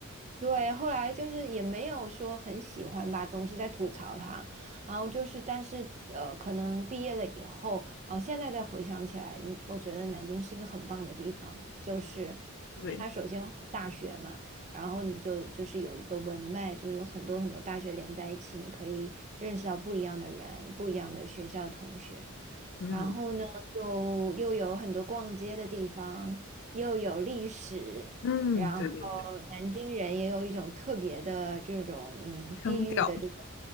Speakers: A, on the right (about 35°); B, on the left (about 60°).
A: 对，后来就是也没有说很喜欢吧，总是在吐槽它。然后就是，但是呃，可能毕业了以后，然后现在再回想起来，嗯我觉得南京是一个很棒的地方，就是因为它首先有大学嘛，
B: 对，
A: 然后你就就是有一个文脉，就有很多很多大学连在一起，你可以认识到不一样的人，不一样的学校同学。
B: 嗯
A: 然后呢，又又有很多逛街的地方，又有历史，
B: 嗯，
A: 然后
B: 对对对，
A: 南京人也有一种特别的这种嗯地域的这种
B: 腔调。